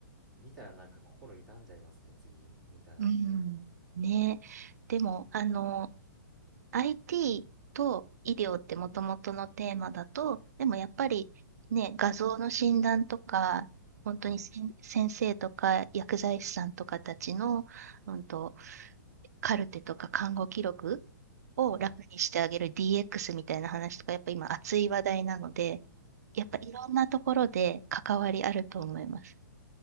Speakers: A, in the centre; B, on the right (about 50°).
A: ー見たらなんか心痛んじゃいますね次見たら
B: うん、ねえ。でも、あの IT と医療ってもともとのテーマだと、でもやっぱりね、画像の診断とか、本当にせん先生とか薬剤師さんとかたちの、
A: はい
B: うんと、カルテとか看護記録を楽にしてあげる
A: はい
B: DX みたいな話とか、やっぱ今熱い話題なので、やっぱいろんなところで関わりあると思います。
A: はい